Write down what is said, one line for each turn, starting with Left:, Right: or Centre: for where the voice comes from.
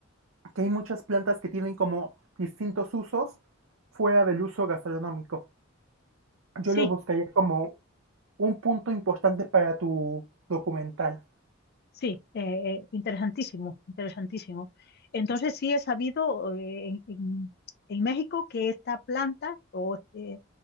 Right: que hay muchas plantas que tienen como distintos usos fuera del uso gastronómico.
Left: Sí,
Right: Yo lo buscaría como un punto importante para tu documental.
Left: Sí, eh, eh, interesantísimo, interesantísimo. Entonces sí he sabido eh, en, en- México que esta planta o, eh,